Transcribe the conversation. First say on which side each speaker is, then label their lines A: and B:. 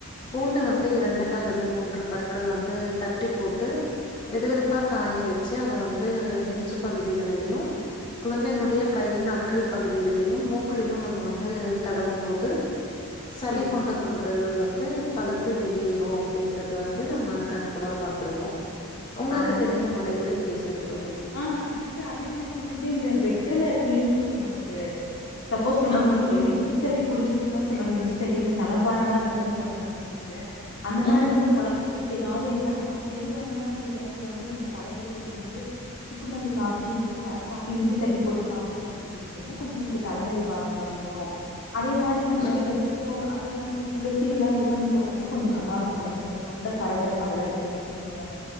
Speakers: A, on the left (about 20°); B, on the left (about 60°).
A: பூண்டு வந்து இரண்டு அல்லது மூன்று பற்கள் வந்து தட்டி போட்டு வெது வெதுப்பா காய வெச்சு அத வந்து நெஞ்சு பகுதிகளிலயும் குழந்தையினுடைய கையின் ந அக்கள் பகுதிகள்ளயும் மூக்குளையும் நம்ம வந்து தடவும் போது சளி
B: சேரி
A: போன்ற
B: சேரிங்க
A: தொந்த ரவுகள் வந்து பழுத்து வெளியேறும் அப்டிங்கறத வந்து நம்ம கண் கூட பாத்திருக்கோ உங்களுக்கு
B: ஆமாங்க
A: தெரிந்த முறைகளை பேசுங்க தோழி
B: ஆ சிஸ்டர் அதே மாரி வந்துட்டு இந்த வெற்றல இருக்கில்லைங் சிஸ்டர் நமக்கு சப்போஸ் நமக்கு
A: ஆமா
B: இந்த
A: தோழி
B: நெஞ்சி சளி புடிச்சதுல்லா சொல்றாங்க நெஞ்சளி இந்த தல பாரல்லா இருக்குன்னு சொல்றாங்களே சிஸ்டர் அந்த மாரி
A: ம்
B: வந்து குழந்தைங்களுக்கு ஏதாவது இப்ப நமக்கு பெரியவங்கனா வந்துட்டு ஏதாவது இப்ப வந்து நமக்கு தலவலி அப்டின்னா வந்து சுக்குமல்லி காஃபி இந்த மாரி வர காஃபி இஞ்சி தட்டி போட்டு காஃபிலா வச்சு குடிச்ச என்னா கொஞ்ச நமக்கு தலவலி பார கொறையு அதே மாரி வந்துட்டு
A: ம்
B: ஏதாச்சு அதே மாரி இந்த துளசி எல இது பண்ணி போட்டோம்னா கொஞ்ச நல்லா இருக்கு நமக்கு இந்த தொண்ட கரகரப்பு அதெல்லா சரியாகும்ன்னு சொல்லுவாங்க